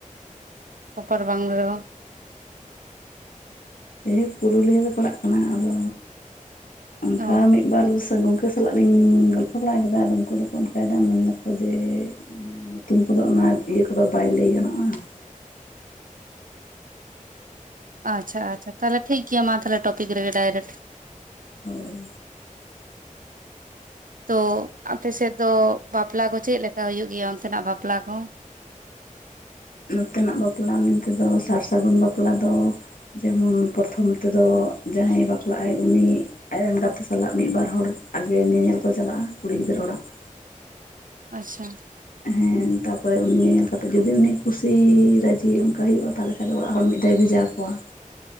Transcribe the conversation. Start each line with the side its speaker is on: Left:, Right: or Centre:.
Right: ᱯᱨᱚᱯᱟᱨ ᱵᱟᱝ ᱨᱮᱦᱚᱸ ᱾
Left: ᱮᱦᱳ ᱯᱩᱨᱩᱞᱤᱭᱟᱹ ᱞᱮ ᱯᱟᱲᱟᱜ ᱠᱟᱱᱟ ᱟᱫᱚ ᱚᱱᱠᱟ
Right: ᱚ
Left: ᱢᱤᱫ ᱵᱟᱨ ᱥᱟᱹᱜᱚ ᱩᱱᱠᱩ ᱥᱟᱞᱟᱜ ᱞᱤᱧ ᱜᱚᱞᱯᱷᱚ ᱵᱟᱲᱟᱣ ᱠᱟᱫᱟ ᱟᱫᱚ ᱩᱱᱠᱩ ᱫᱚᱠᱚ ᱚᱱᱠᱟᱭᱮᱫᱟ ᱢᱮᱱ ᱫᱟᱠᱚ ᱡᱮ ᱧᱩᱛᱩᱢ ᱠᱚᱫᱚ ᱚᱱᱟ ᱤᱭᱟᱹ ᱠᱚᱫᱚ ᱵᱟᱭ ᱞᱟᱹᱭ ᱜᱟᱱᱚᱜᱼᱟ ᱾
Right: ᱟᱪᱪᱷᱟ ᱟᱪᱪᱷᱟ ᱛᱟᱦᱚᱞᱮ ᱴᱷᱤᱠ ᱜᱮᱭᱟ ᱢᱟ ᱛᱟᱦᱞᱮ ᱴᱚᱯᱤᱠ ᱨᱮᱜᱮ ᱰᱟᱭᱨᱮᱴ ᱾
Left: ᱦᱳᱭ ᱾
Right: ᱛᱚ ᱟᱯᱮ ᱥᱮᱫ ᱫᱚ ᱵᱟᱯᱞᱟ ᱠᱚ ᱪᱮᱫ ᱞᱮᱠᱟ ᱦᱩᱭᱩᱜ ᱜᱮᱭᱟ ᱚᱱᱛᱮᱱᱟᱜ ᱵᱟᱯᱞᱟ ᱠᱚ?
Left: ᱱᱚᱛᱮ ᱱᱟᱜ ᱵᱟᱯᱞᱟ ᱢᱮᱱ ᱛᱮᱫᱚ ᱥᱟᱨ ᱥᱟᱹᱜᱩᱱ ᱵᱟᱯᱞᱟ ᱫᱚ ᱡᱮᱢᱚᱱ ᱯᱨᱚᱛᱷᱚᱢ ᱛᱮᱫᱚ ᱡᱟᱦᱟᱸᱭ ᱵᱟᱯᱞᱟᱜ ᱟᱭ ᱩᱱᱤ ᱟᱡ ᱨᱮᱱ ᱜᱟᱛᱮ ᱥᱟᱞᱟᱜ ᱢᱤᱫ ᱵᱟᱨ ᱦᱚᱲ ᱟᱜᱮ ᱧᱮᱧᱮᱞ ᱠᱚ ᱪᱟᱞᱟᱜᱼᱟ ᱠᱩᱲᱤ ᱜᱤᱫᱽᱨᱟᱹ ᱚᱲᱟᱜ ᱾
Right: ᱟᱪᱪᱷᱟ ᱾
Left: ᱦᱮᱸ ᱛᱟᱯᱚᱨᱮ ᱩᱱᱤ ᱧᱮ-ᱧᱮᱞ ᱠᱟᱛᱮ ᱡᱩᱫᱤ ᱩᱱᱤ ᱠᱩᱥᱤ ᱨᱟᱹᱡᱤ ᱚᱱᱠᱟ ᱦᱩᱭᱩᱜᱼᱟ ᱛᱟᱦᱚᱞᱮ ᱠᱷᱟᱡ ᱫᱚ ᱚᱲᱟᱜ ᱦᱚᱲ ᱢᱤᱫ ᱫᱷᱟᱣ ᱵᱷᱮᱡᱟ ᱠᱚᱣᱟ,